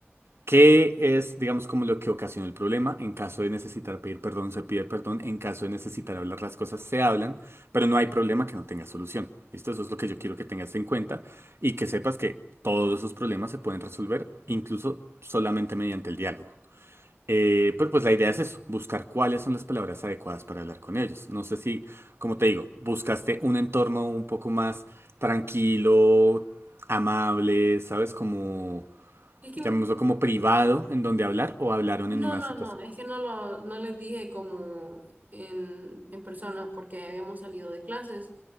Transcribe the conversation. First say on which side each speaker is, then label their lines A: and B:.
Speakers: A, on the right (about 70°); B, on the right (about 40°).
A: ¿Qué es, digamos, como lo que ocasiona el problema? En caso de necesitar pedir perdón, se pide perdón. En caso de necesitar hablar las cosas, se hablan, pero no hay problema que no tenga solución. ¿Listo? Eso es lo que yo quiero que tengas en cuenta y que sepas que todos esos problemas se pueden resolver incluso solamente mediante el diálogo. Eh, pero pues la idea es eso, buscar cuáles son las palabras adecuadas para hablar con ellos. No sé si, como te digo, buscaste un entorno un poco más tranquilo, amable, ¿sabes? Como
B: Es que,
A: llamémoslo
B: mm,
A: como privado, en donde hablar o hablaron
B: no,
A: en una
B: no,
A: situación.
B: no, es que no lo, no les dije como en, en persona, porque habíamos salido de clases